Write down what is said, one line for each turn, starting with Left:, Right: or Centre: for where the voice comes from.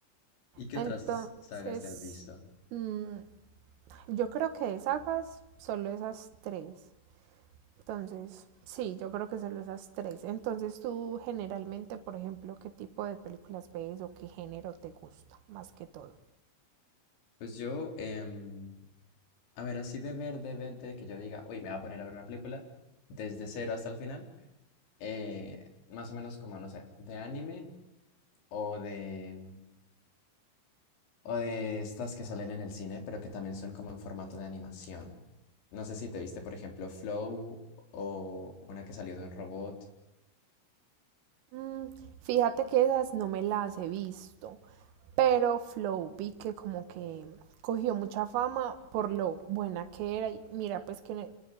Left: ¿Y qué
Right: Entonces,
Left: otras sagas te has visto?
Right: mm, yo creo que de sagas solo esas tres. Entonces, sí, yo creo que solo esas tres. Entonces, tú generalmente, por ejemplo, ¿qué tipo de películas ves o qué género te gusta más que todo?
Left: Pues yo, em, a ver, así de ver, de ver, de que yo diga, uy, me voy a poner a ver una película desde cero hasta el final, eh, más o menos como, no sé, de anime o de, O de estas que salen en el cine, pero que también son como en formato de animación. No sé si te viste, por ejemplo, Flow o una que salió de un robot.
Right: Mm, fíjate que esas no me las he visto, pero Flow vi que como que cogió mucha fama por lo buena que era y mira pues que